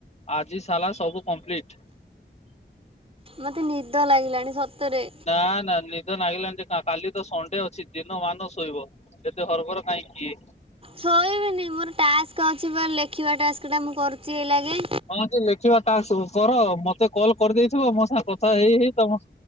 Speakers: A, on the left (about 35°); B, on the right (about 30°).
A: ଆଜି ସଲାା ସବୁ କମ୍ପ୍ଲିଟ।
B: ମତେ ନିଦ ଲାଗିଲାଣି ସତରେ।
A: ନା ନା ନିଦ ନାଗିଲାଣି ଯେ କାଲି ତ ସଣ୍ଡେ ଅଛି ଦିନ ମାନ ଶୋଇବ। ଏତେ ହରବର କାହିଁ କିି?
B: ଶୋଇବିନି ମୋର ଟାସ୍କ ଅଛି ପା ଲେଖିବା ଟାସ୍କ ଟା ମୁଁ କରୁଛି ଏଇ ଲଗେ।
A: ହଁ ଯେ ଲେଖିବା ଟାକ୍ସ କର ମତେ କଲ କରିଦେଇଥିବ ମୋ ସାଙ୍ଗ କଥା ହେଇ ହେଇ ତମ